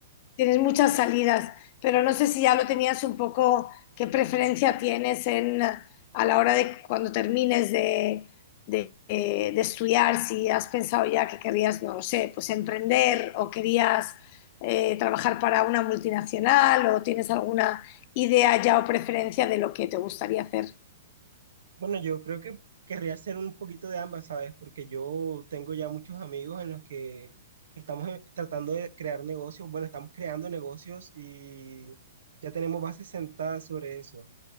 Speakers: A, on the left (about 45°); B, on the right (about 70°).
A: Tienes muchas salidas, pero no sé si ya lo tenías un poco, qué preferencia tienes en, a la hora de cuando termines de, de, eh, de estudiar, si has pensado ya que querías, no lo sé, pues emprender o querías eh, trabajar para una multinacional o tienes alguna idea ya o preferencia de lo que te gustaría hacer.
B: Bueno, yo creo que querría hacer un poquito de ambas, ¿sabes? Porque yo tengo ya muchos amigos en los que estamos eh, tratando de crear negocios. Bueno, estamos creando negocios y ya tenemos bases sentadas sobre eso.